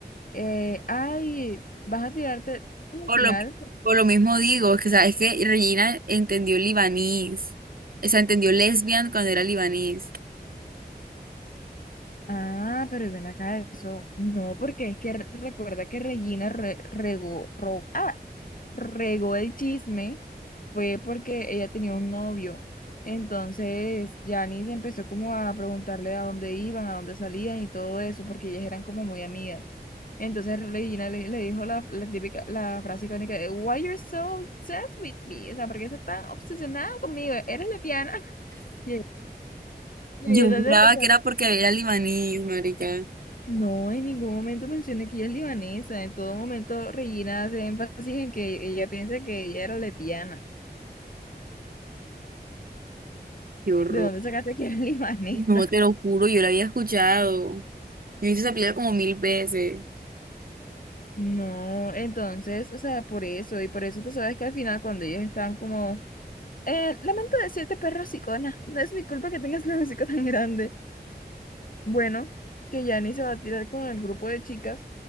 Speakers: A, on the left; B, on the right.
A: eh, ay, vas a tirarte al
B: Por
A: final.
B: lo, por lo mismo digo, es que, o sea, es que Regina entendió libanís. O sea, entendió lesbian cuando era libanís.
A: Ah, pero ven acá eso. No, porque es que re- recuerda que Regina re- regó, ro- ah, regó el chisme, fue porque ella tenía un novio. Entonces, Janice empezó como a preguntarle a dónde iban, a dónde salían y todo eso, porque ellas eran como muy amigas. Entonces Regina le, le dijo la, la típica, la frase icónica de Why you're so obsessed with me? O sea, ¿por qué estás tan obsesionada conmigo? ¿Eres lesbiana? <laughs> Y ella- y
B: Yo
A: ella
B: juraba
A: entonces empezó
B: que
A: a
B: era
A: reír.
B: porque era libanís, marica.
A: No, en ningún momento mencioné que ella es libanesa. En todo momento Regina hace énfasis en que ella piensa que ella era lesbiana.
B: Qué horror.
A: ¿De dónde sacaste que era <laughs> libanesa?
B: No, te lo juro, yo lo había escuchado. Yo hice esa película como mil veces.
A: No, entonces, o sea, por eso, y por eso tú sabes que al final cuando ellos están como, eh, lamento decirte, perro hocicona, no es mi culpa que tengas el hocico tan grande. Bueno, que Yanni se va a tirar con el grupo de chicas.